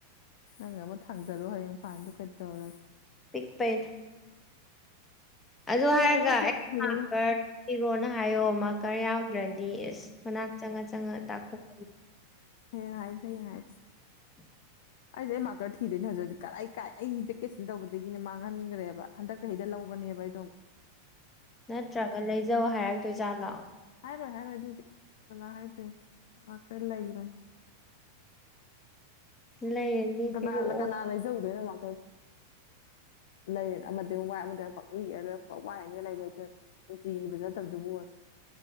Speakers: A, on the left; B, on the left.
A: ꯅꯪ ꯑꯃ ꯊꯥꯡꯖꯜꯂꯣ ꯍꯌꯦꯡ ꯐꯥꯟꯜꯗ ꯀꯩ ꯇꯧꯔꯒꯦ
B: ꯄꯤꯛꯄꯟ ꯑꯗꯨ
A: ꯋꯥꯔꯕ
B: ꯍꯥꯏꯔꯒ
A: ꯊꯣꯛ
B: ꯑꯩ
A: ꯊꯥꯡꯖꯜꯂꯣ
B: ꯈꯔ ꯊꯤꯔꯣꯅ ꯍꯥꯏꯌꯣ ꯃꯥ ꯈꯔ ꯌꯥꯎ ꯔꯗꯤꯁ ꯃꯅꯥꯛ ꯆꯪꯉ ꯆꯪꯉ ꯇꯥꯛꯊꯣꯛꯀꯅꯤ
A: ꯍ ꯉꯁ ꯍꯦ ꯉꯁ
B: <inaudible>
A: ꯑꯩꯁꯦ ꯑꯩ ꯃꯥꯔꯀꯔ ꯊꯗꯣꯏꯅꯦ ꯍꯧꯖꯤꯛ ꯍꯧꯖꯤꯛ ꯀꯥꯏ ꯀꯥꯏ ꯑꯩ ꯚꯦꯀꯦꯁꯟ ꯇꯧꯕꯗꯒꯤꯅꯦ ꯃꯥꯡꯍꯟꯈ꯭ꯔꯦꯕ ꯍꯟꯗ ꯆꯍꯤ ꯍꯗ ꯂꯧꯕꯅꯦ ꯕꯥꯏꯗꯣ
B: ꯅꯠꯇ꯭ꯔꯒ ꯂꯩꯖꯧ ꯍꯥꯏꯔꯛꯇꯣꯏ ꯖꯥꯠ ꯂꯥꯛꯑꯣ
A: ꯍꯥꯏꯔꯣꯏ ꯍꯥꯏꯔꯣꯏ ꯑꯗꯨꯗꯤ ꯀꯅꯥ ꯍꯥꯏꯗꯣꯏꯦ ꯃꯥ ꯈꯔ ꯂꯩꯕꯅꯤ
B: ꯂꯩꯔꯗꯤ
A: ꯀꯂ
B: ꯄꯤꯔꯛꯑꯣ
A: ꯀꯅꯥ ꯂꯩꯖꯧꯗ ꯃꯥ ꯂꯩ ꯑꯃꯗꯤ ꯋꯥꯏ ꯑꯃ ꯄ ꯏ ꯂꯣꯏ ꯋꯥꯏ ꯂꯩꯕ ꯂꯩ ꯎꯇꯤꯒꯤ ꯐꯖ ꯅꯠꯇꯕꯗꯨꯕꯨ